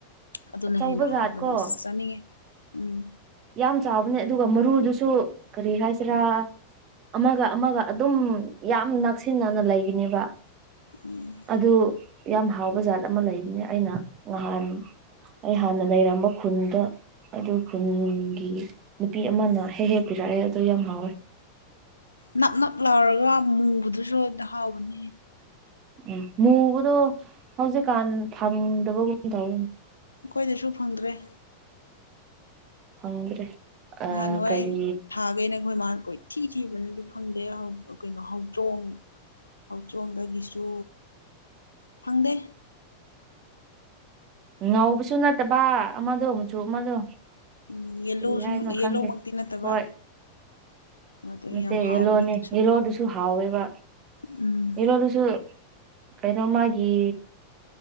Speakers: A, on the left; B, on the right.
A: ꯑꯗꯨꯅ
B: ꯑꯆꯧꯕ
A: ꯍꯦꯟꯅ
B: ꯖꯥꯠ
A: ꯍꯥꯎꯕꯅꯦ
B: ꯀꯣ
A: ꯑꯁ ꯆꯥꯅꯤꯡꯉꯦ ꯎꯝ
B: ꯌꯥꯝ ꯆꯥꯎꯕꯅꯦ ꯑꯗꯨꯒ ꯃꯔꯨꯗꯨꯁꯨ ꯀꯔꯤ ꯍꯥꯏꯁꯤꯔꯥ ꯑꯃꯒ ꯑꯃꯒ ꯑꯗꯨꯝ ꯌꯥꯝ ꯅꯛꯁꯤꯟꯅꯅ ꯂꯩꯒꯅꯦꯕ
A: ꯎꯝ
B: ꯑꯗꯨ ꯌꯥꯝ ꯍꯥꯎꯕ ꯖꯥꯠ ꯑꯃ ꯂꯩꯕꯅꯦ ꯑꯩꯅ ꯉꯍꯥꯟ ꯑꯩ ꯍꯥꯟꯅ ꯂꯩꯔꯝꯕ ꯈꯨꯟꯗ ꯑꯗꯨ ꯈꯨꯟ ꯒꯤ ꯅꯨꯄꯤ ꯑꯃꯅ ꯍꯦꯛ ꯍꯦꯛ ꯄꯤꯔꯛꯑꯦ ꯑꯗꯨ ꯌꯥꯝ ꯍꯥꯎꯋꯦ
A: ꯅꯞ ꯅꯞ ꯂꯥꯎꯔꯒ ꯃꯨꯕꯗꯨꯁꯨꯗ ꯍꯥꯎꯕꯅꯤ
B: ꯎꯝ ꯃꯨꯕꯗꯣ ꯍꯧꯖꯤꯛꯀꯥꯟ ꯐꯪꯗꯕꯒꯨꯝ ꯇꯧꯋꯅꯦ
A: ꯑꯩꯈꯣꯏꯗꯁꯨ ꯐꯪꯗ꯭ꯔꯦ
B: ꯐꯪꯗ꯭ꯔꯦ
A: ꯅꯍꯥꯟ ꯅꯨꯡꯋꯥꯥꯏ
B: ꯀꯔꯤ
A: ꯊꯥꯒꯅꯦꯈꯣꯏ ꯃꯥꯔ ꯀꯣꯏ ꯊꯤ ꯊꯤꯕꯅ ꯑꯗꯨ ꯐꯪꯗꯦ ꯀꯩꯅꯣ ꯍꯧꯗ꯭ꯔꯣꯡ ꯍꯧꯆꯣꯡꯗꯒꯤꯁꯨ ꯐꯪꯗꯦ
B: ꯉꯧꯕꯁꯨ ꯅꯠꯇꯕ ꯑꯃꯗꯣ ꯃꯨꯆꯨ ꯑꯃꯗꯣ
A: ꯎꯝ ꯌꯦꯜꯂꯣ
B: ꯀꯔꯤ
A: ꯁꯨꯝ
B: ꯍꯥꯏꯅꯣ ꯈꯪꯗꯦ
A: ꯌꯦꯂꯣꯃꯛꯇꯤ ꯅꯠꯇꯕ
B: ꯍꯣꯏ
A: ꯑꯗꯨ
B: ꯅꯠꯇꯦ
A: ꯌꯥꯝ
B: ꯌꯦꯂꯣꯅꯦ
A: ꯍꯥꯎꯕꯅꯦ ꯑꯗꯨꯁꯨ
B: ꯌꯦꯂꯣꯗꯨꯁꯨ ꯍꯥꯎꯋꯦꯕ
A: ꯎꯝ
B: ꯌꯦꯂꯣꯗꯨꯁꯨ ꯀꯩꯅꯣ ꯃꯥꯒꯤ